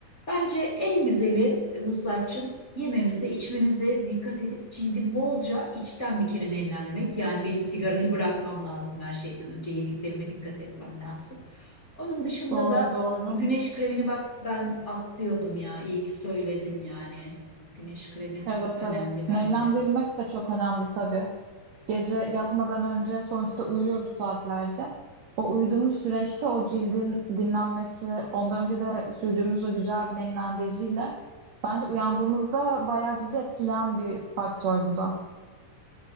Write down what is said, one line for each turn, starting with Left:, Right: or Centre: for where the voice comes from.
Left: Bence en güzeli e, Vuslatçım yememize, içmemize dikkat edip cildi bolca içten bir kere nemlendirmek. Yani benim sigarayı <laughs> bırakmam lazım her şeyden önce. Yediklerime dikkat etmem lazım. Onun dışında
Right: Doğru
Left: da
Right: doğru.
Left: güneş kremini bak ben atlıyordum ya. İyi ki söyledin yani. Güneş kremi
Right: Evet
Left: önemli
Right: evet. Nemlendirmek
Left: bence.
Right: de çok önemli tabii. Gece yatmadan önce sonuçta uyuyoruz saatlerce. O uyuduğumuz süreçte o cildin dinlenmesi, ondan önce de sürdüğümüz o güzel bir nemlendiriciyle bence uyandığımızda bayağı cildi etkileyen bir faktör bu da.